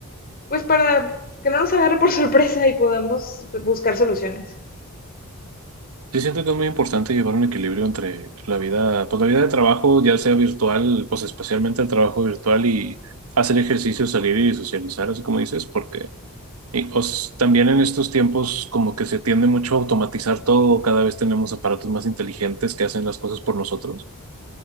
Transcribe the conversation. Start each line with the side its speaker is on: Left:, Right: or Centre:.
Left: pues para que no nos agarre por <laughs> sorpresa y podamos buscar soluciones.
Right: Sí, siento que es muy importante llevar un equilibrio entre la vida, pues la vida de trabajo, ya sea virtual, pues especialmente el trabajo virtual y hacer ejercicio, salir y socializar, así como dices, porque y, os- también en estos tiempos como que se tiende mucho a automatizar todo, cada vez tenemos aparatos más inteligentes que hacen las cosas por nosotros